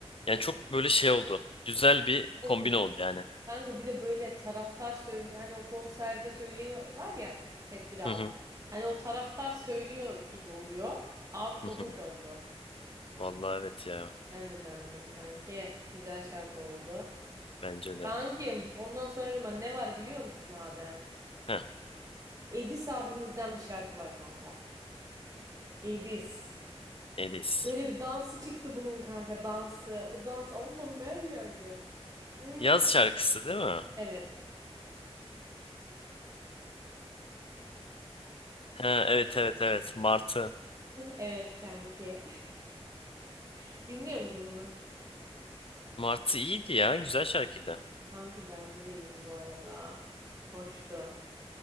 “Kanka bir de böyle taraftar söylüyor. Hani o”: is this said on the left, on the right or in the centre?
Right